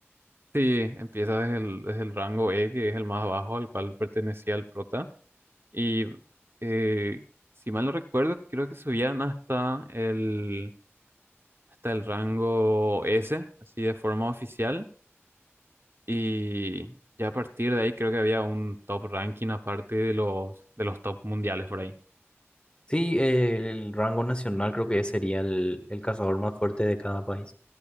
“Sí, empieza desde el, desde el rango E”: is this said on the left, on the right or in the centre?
Right